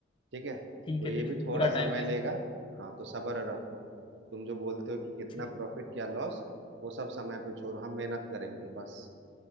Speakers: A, on the right; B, on the left.
A: ठीक है
B: ठीक
A: तो
B: है
A: ये
B: ठीक
A: भी
B: है
A: थोड़ा
B: पूरा
A: समय
B: टाइम देंगे
A: लेगा हाँ तो सब्र रखो तुम जो बोलते हो कि कितना
B: ठीक
A: प्रॉफिट क्या लॉस वो सब समय पे छोड़ो हम मेहनत करेंगे बस